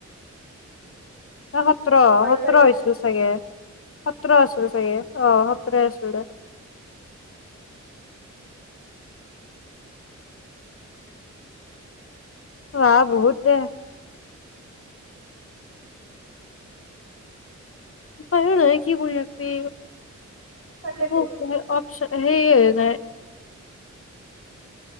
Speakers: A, on the left (about 50°); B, on the right (about 45°).
A: হৈ গল <unintelligible> সতৰ
B: হয়
A: সোত্ৰ
B: চাগে
A: হৈছিল চাগে? সোতৰ আছিল চাগে? আহ সোতৰ আছিল আহ বহুত <unintelligible> উপায় ও নাই কি কৰি থাক'বি
B: তাকেতো
A: <unintelligible> অ চে সেই নাই